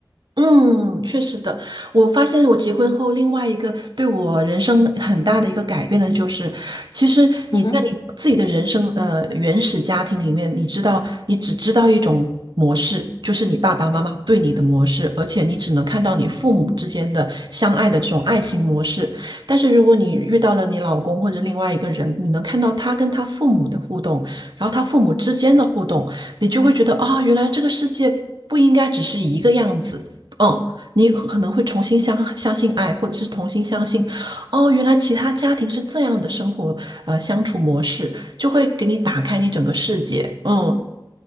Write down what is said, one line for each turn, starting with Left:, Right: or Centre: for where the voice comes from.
Right: 嗯，确实的。我发现我结婚后，另外一个对我人生很大的一个改变的就是，其实你在你自己的人生呃原始家庭里面，
Left: 嗯哼，
Right: 你知道你只知道一种模式，就是你爸爸妈妈对你的模式，
Left: 嗯
Right: 而且你只能看到你父母之间的相爱的这种爱情模式。但是如果你遇到了你老公或者另外一个人，你能看到他跟他父母的互动，然后他父母之间的互动，你就会觉得啊、原来这个世界。不应该只是一个样子，嗯，你可可能会重新相相信爱，或者是重新相信，哦，原来其他家庭是这样的生活，呃，相处模式，就会给你打开你整个世界。嗯，